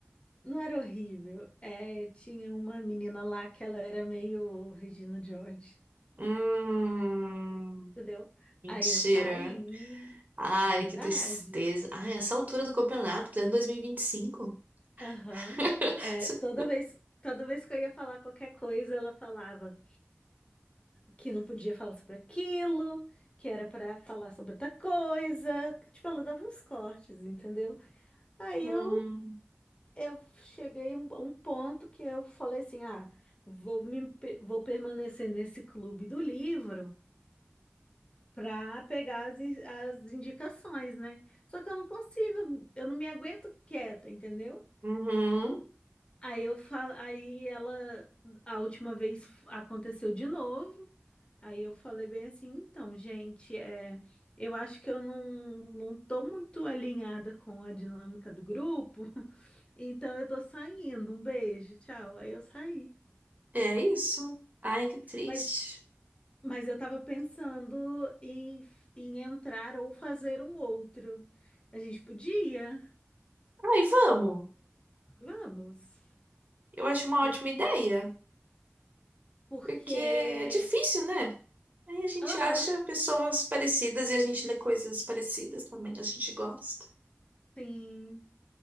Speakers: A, on the left (about 25°); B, on the right (about 40°).
A: Não era horrível. É, tinha uma menina lá que ela era meio Regina George,
B: Hum,
A: entendeu?
B: mentira.
A: Aí eu saí,
B: Ai,
A: verdade.
B: que tristeza. Ai, essa altura do campeonato, pleno 2025.
A: Aham.
B: <laughs>
A: É,
B: Isso-
A: toda vez, toda vez que eu ia falar qualquer coisa, ela falava. que não podia falar sobre aquilo, que era para falar sobre outra coisa. Tipo, ela dava uns cortes, entendeu? Aí
B: Hum,
A: eu, eu cheguei a um, um ponto que eu falei assim: ah, vou, me, pe- vou permanecer nesse clube do livro. Para pegar as, in- as indicações, né? Só que eu não consigo, eu não me aguento quieta, entendeu?
B: uhum.
A: Aí eu falo, aí ela, a última vez aconteceu de novo. Aí eu falei bem assim, então, gente, é, eu acho que eu não, não tô muito alinhada com a dinâmica do grupo, <laughs> então eu tô saindo, um beijo, tchau. Aí eu saí.
B: É isso. Ai, que triste.
A: Mas, mas eu tava pensando em, em entrar ou fazer um outro. A gente podia?
B: Ai, vamos.
A: Vamos.
B: Eu acho uma
A: Por,
B: ótima ideia,
A: porque,
B: porque é difícil, né? Aí a gente
A: aham,
B: acha pessoas parecidas e a gente lê coisas parecidas também, a gente gosta.
A: sim,